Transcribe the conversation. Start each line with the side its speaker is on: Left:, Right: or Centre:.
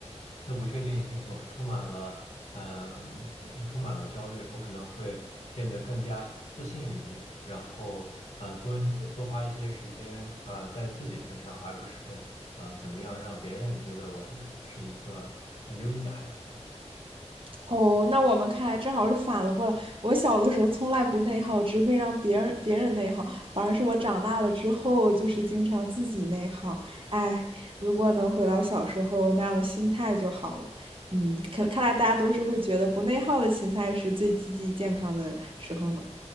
Left: 的不确定性总是充满了呃呃充满了焦虑，我可能会变得更加自信一点，然后呃多多花一些时间啊、呃在自己身上，而不是呃怎么样让别人觉得我是一个呃优异的孩子。
Right: 哦，那我们看来正好是反了过来。我小的时候从来不内耗，只会让别人别人内耗，反而是我长大了之后，就是经常自己内耗。哎，如果能回到小时候那样的心态就好了。嗯，可看来大家都是会觉得不内耗的心态是最积极健康的时候呢。